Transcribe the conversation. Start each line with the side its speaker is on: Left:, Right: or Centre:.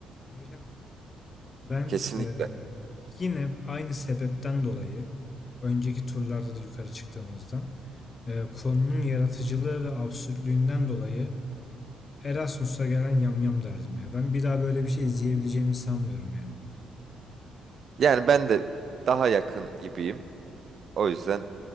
Left: Öyle mi? Ben
Right: Kesinlikle.
Left: eee, yine aynı sebepten dolayı önceki turlarda da yukarı çıktığımızdan eee, konunun yaratıcılığı ve absürtlüğünden dolayı Erasmus'a gelen yamyam derdim ya. Ben bir daha böyle bir şey izleyebileceğimi sanmıyorum yani.
Right: Yani ben de daha yakın gibiyim. O yüzden